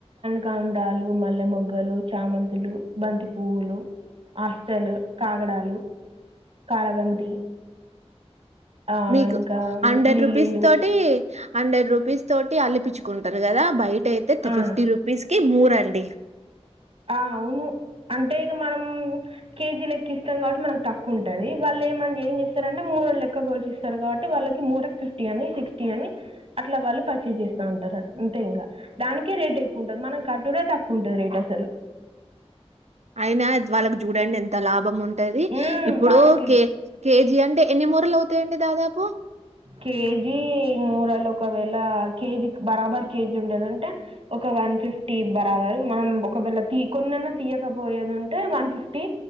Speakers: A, on the right; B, on the right.
A: కామడాలు మల్లె మొగ్గలు చామంతులు బంతి పువ్వులు ఆస్టలు కాగడాలు కారబంతి
B: హ్మ్.
A: ఆ
B: మీకు
A: ఇంకా
B: హండ్రెడ్
A: లిల్లీలు
B: రూపీస్ తోటి హండ్రెడ్ రూపీస్ తోటి అలిపించుకుంటారు కదా బయట అయితే తిఫిఫ్టీ
A: ఆ
B: రూపీస్ కి మూరండి
A: ఆ అవును అంటే ఇక మనం కేజీ లెక్కి ఇస్తాం కాబట్టి మనకు తక్కువ ఉంటది వాళ్లు లె మన్ ఏం చేస్తారంటే మూర లెక్క గోల్స్ ఇస్తారు కాబట్టి వాళ్ళకి మూరె ఫిఫ్టీ అని సిక్స్టీ అని అట్లా వాళ్ళు పర్చేస్ చేస్తా ఉంటారు అంతే ఇంగ దానికి రేట్ ఎక్కువ ఉంటంది మనం కట్టుడే తక్కువ ఉంటంది రేట్ అసలు
B: అయినా జ్వాళ్ళకి చూడండి ఎంత లాభం ఉం ఉంటది
A: హ్మ్.
B: ఇప్పుడు
A: వాళ్ళకి
B: కే కేజీ అంటే ఎన్ని మూరలు అవుతాయండి దాదాపు
A: కేజీ మూరలు ఒకవేళ కేజీకి బరాబర్ కేజీ ఉంటదంటే ఒక వన్ ఫిఫ్టీ బరాబరు మనం ఒకవేళ తీ కొన్నన్న తీయకపోయేదుంటే వన్ ఫిఫ్టీ